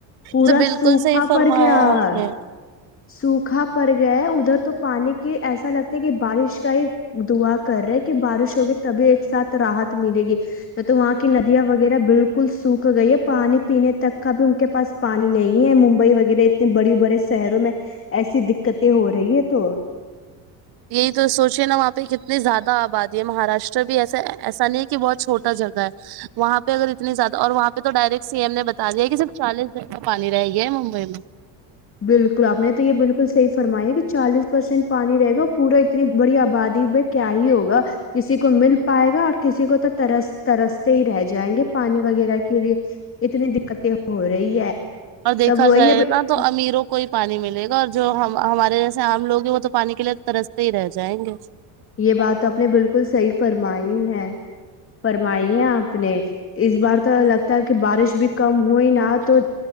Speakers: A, on the left; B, on the right.
A: پورا
B: تو بالکل
A: سوکھا
B: صحیح فرمایا
A: پڑ گیا
B: آپ
A: ہے
B: نے
A: سوکھا پ یہ ادھر تو پانی کے ایسا لگتا ہے کہ بارش کا ہی دعا کر رہے کہ بارش ہوگی تبھی ایک ساتھ رات ملے گی تو تو وہاں کی ندیاں وغیرہ بالکل سوکھ گئی ہے پانی پینے تک کا بھی ان کے پاس پانی نہیں ہے ممبئی وغیرہ اتنے بڑے بڑے شہروں میں ایسی د <inaudible> دقتیں ہو رہی ہے تو
B: یہی تو سوچے نا وہاں پہ کتنی زیادہ آبادی ہے مہاراشٹر بھی ایسا ایسا نہیں ہے کہ بہت چھوٹا جگہ ہے وہاں پہ اگر اتنی زیادہ اور وہاں پہ تو ڈائریکٹ سی ایم نے بتا دیا ہے کہ صرف چالیس جن کا پانی رہ گیا ہے ممبئی میں
A: بالکل آپ نے تو یہ بالکل صحیح فرمائی ہے کہ چالیس پرسینٹ پانی رہے گا پورا <inaudible> اتنی بڑی آبادی میں کیا ہی ہوگا کسی کو مل پائے گا اور کسی کو تو ترس ترستے ہی رہ جائیں گے پانی وغیرہ کے لیے اتنی دقتیں ہو رہی ہے
B: اور دیکھا
A: تب وہی
B: جائے
A: ہے
B: نا تو امیروں کو کوئی پانی ملے گا اور جو ہم ہمارے جیسے عام لوگ ہیں وہ تو پانی کے لیے ترستے ہی رہ جائیں گے
A: یہ بات تو آپ نے بالکل صحیح فرمائی ہے فرمائی ہے آپ نے اس بار تو لگتا ہے کہ بارش بھی کم ہوئی نا تو